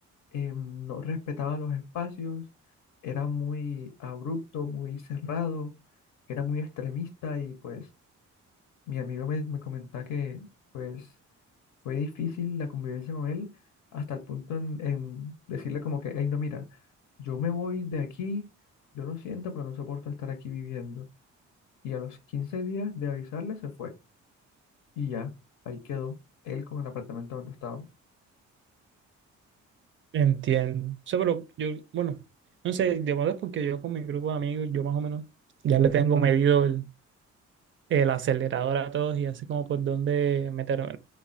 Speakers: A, on the left; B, on the right.
A: eh, no respetaba los espacios, era muy abrupto, muy cerrado, era muy extremista y pues mi amigo me, me comentaba que pues fue difícil la convivencia con él hasta el punto en, en decirle como que, hey, no, mira, yo me voy de aquí, yo lo siento, pero no soporto estar aquí viviendo. Y a los 15 días de avisarle se fue y ya, ahí quedó él con el apartamento donde estaba.
B: Entiendo. O sea, pero yo, bueno, no sé, de verdad es porque yo con mi grupo de amigos, yo más o menos ya le tengo medido el, el acelerador a todos y así como por dónde meterme.